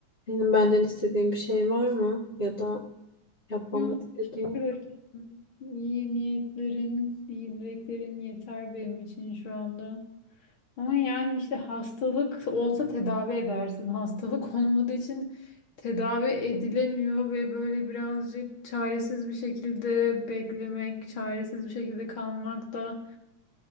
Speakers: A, on the left; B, on the left.
A: Senin benden istediğin bir şey var mı? Ya da yapmamı
B: Yok,
A: istediğin?
B: teşekkür ederim. iyi niyetlerin, iyi dileklerin yeter benim için şu anda. Ama yani işte hastalık olsa tedavi edersin. Hastalık <laughs> olmadığı için tedavi edilemiyor ve böyle birazcık çaresiz bir şekilde beklemek, çaresiz bir şekilde kalmak da